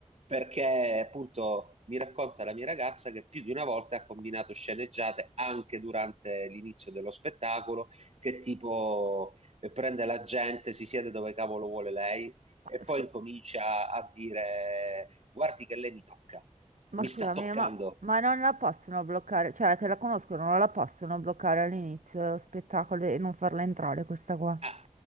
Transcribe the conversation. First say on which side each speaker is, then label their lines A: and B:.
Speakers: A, on the right; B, on the right.
A: perché appunto mi racconta la mia ragazza che più di una volta ha combinato sceneggiate anche durante l'inizio dello spettacolo, che tipo eh, prende la gente, si siede dove cavolo vuole lei
B: Ma,
A: e poi
B: scu-
A: incomincia a dire guardi che lei mi tocca,
B: ma
A: mi
B: scusami,
A: sta toccando.
B: ma, ma non la possono bloccare, cioè, che la conoscono, non la possono bloccare all'inizio dello spettacolo e non farla entrare questa qua,
A: Ah,